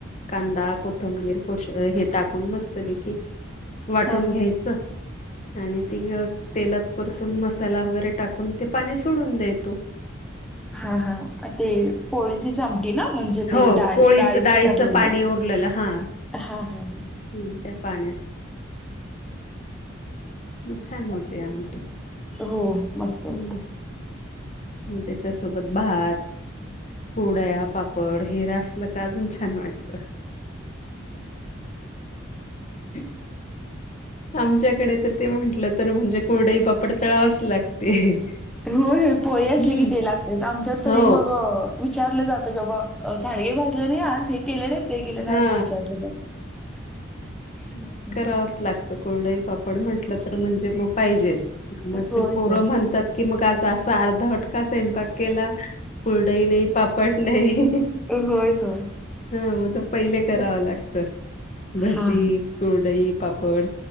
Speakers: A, on the left; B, in the centre.
A: कांदा, कोथंबीर. हे टाकून मस्तरी की वाटून
B: हा हा
A: घ्यायचं आणि ती. तेलात परतून मसाला वगैरे टाकून ते पाणी सोडून. <inaudible>
B: हा हा ते पोळीची सामटी ना म्हणजे ते
A: हो
B: डाळी
A: पोळीचं
B: डाळीते
A: डाळीचं
B: काढलेल.
A: पाणी हा.
B: <unintelligible>
A: हम्म त्या पाण्यात, खूप छान होते आमटी.
B: हो मस्त
A: हम्म
B: होत.
A: त्याच्यासोबत भात.
B: <unintelligible>
A: <inaudible> पापड, हे रा असल का अजून छान वाट. <unintelligible> आमच्याकडे तर ते म्हंटलं तर म्हणजे कुरडई, पापड तळाच लागते.
B: होय होय पोळी
A: हम्म
B: असली कि ते लागते. तेच आमच्यात तरी
A: हो
B: मग विचारलं जातं की बाबा साडगे भाजले नाही आज हे केलेले. ते केलं, ना
A: हा
B: असं विचारलं जात.
A: <unintelligible>
B: होय, होय.
A: कि मग आज असा अर्धावट फटका स्वयंपाक केला. <inaudible> नाही पापड नाही
B: होय, होय.
A: हा मग. पहिले करावं लागत भजी.
B: हां.
A: कुरडई पापड.